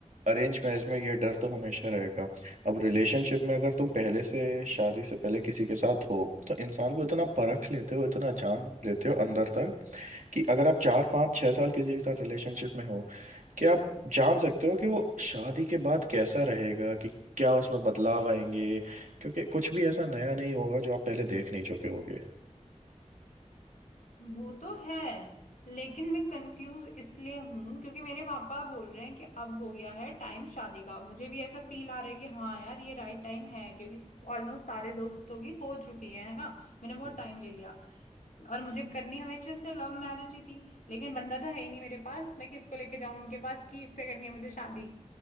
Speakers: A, on the right (about 80°); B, on the left (about 85°).
A: अरेंज मैरिज में ये डर तो हमेशा रहेगा अब रिलेशनशिप में अगर तुम पहले से शादी से पहले किसी के साथ हो तो इंसान को इतना परख लेते हो इतना जान लेते हो अंदर तक कि अगर आप चार पाँच छह साल किसी के साथ रिलेशनशिप में हो क्या आप जान सकते हो कि वो शादी के बाद कैसा रहेगा कि क्या उसमें बदलाव आएंगे क्योंकि कुछ भी ऐसा नया नहीं होगा जो आप पहले देख नहीं चुके होगे
B: वो तो है लेकिन मैं कंफ्यूज इसलिए हूँ क्योंकि मेरे पापा बोल रहे हैं कि अब हो गया है टाइम शादी का मुझे भी ऐसा फील आ रहा है कि हाँ यार ये राइट टाइम है क्योंकि ऑलमोस्ट सारे दोस्तों की हो चुकी है है ना मैंने बहुत
A: हम्म।
B: टाइम ले लिया और मुझे करनी हमेशा से लव मैरिज ही थी लेकिन बंदा तो है ही नहीं मेरे पास मैं किसको लेके जाऊँ उनके पास कि इससे करनी है मुझे शादी